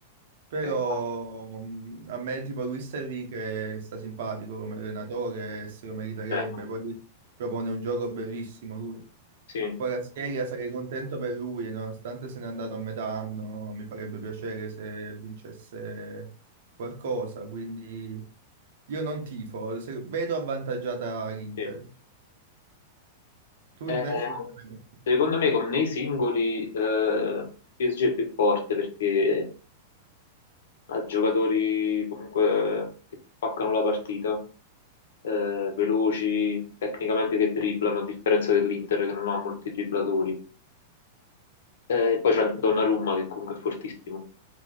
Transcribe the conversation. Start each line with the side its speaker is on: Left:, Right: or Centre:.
Right: però
Left: Ok,
Right: mh, a me tipo Luis Enrique sta simpatico come allenatore, se lo meriterebbe,
Left: cioè,
Right: poi propone un gioco bellissimo lui.
Left: sì,
Right: Kvaratskhelia sarei contento per lui, nonostante se n'è andato a metà anno, mi farebbe piacere se vincesse qualcosa, quindi io non tifo, se- vedo avvantaggiata l'Inter.
Left: sì.
Right: Tu
Left: Eh,
Right: invece? che ne pensi?
Left: secondo me con nei singoli eh, il PSG è più forte perché a giocatori comunque che ti spaccano la partita, eh, veloci, tecnicamente che dribblano, a differenza dell'Inter che non ha molti dribblatori. Eh, E poi c'è Donnarumma che comunque è fortissimo.